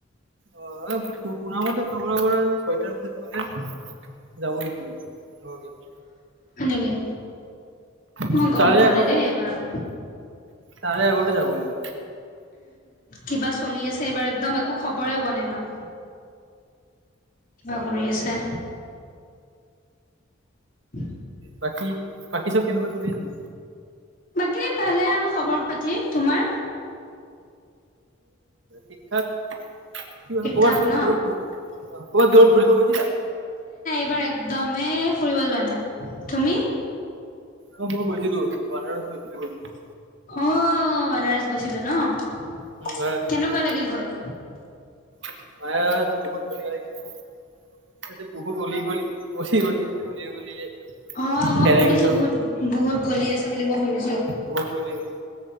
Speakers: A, on the right; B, on the left.
A: অ', শুনামতে <unintelligible> পৰা ছয়টাৰ পিছতে, যাব <unintelligible> তেনেকুৱা কিবা
B: সেনেকে, মই
A: কিন্তু
B: গম
A: তাৰে
B: পোৱা
A: আগতে
B: নাই দেই এইবাৰো,
A: তাৰে আগতে যাব লাগিব
B: কিবা চলি আছে এইবাৰ একদম একো খবৰে পোৱা মই আমাৰ, কিবা কৰি আছে। <inaudible>
A: বাকী বাকী চব কেনেকুৱা চলি আছে
B: বাকী ভালে আৰু খবৰ পাতি তোমাৰ
A: ঠিক ঠাক কি হয়
B: ঠিক
A: কবাৰ
B: ঠাক
A: দূৰত
B: ন
A: কবাৰ দূৰত ঘূৰিব গৈছিলা
B: এবাৰ একদমেই ফুৰিব যোৱা নাই তুমি
A: অ মই গৈছিলো বনাৰস গৈছিলো গৈছিলো
B: অ বনাৰস গৈছিলা ন
A: উম
B: কেনেকুৱা
A: বানাৰস গৈছিলো।
B: লাগিল গৈ
A: <unintelligible> বহুত ধুনিয়া লাগিছে তাতে বহুত অলি গলি অলি গলি আছে অলি গলিয়ে
B: অ মই
A: হেৰাই
B: শুনিছো
A: গৈছো
B: বহুত বহুত গলি আছে বুলি মই শুনিছো
A: বহুত গলি আছে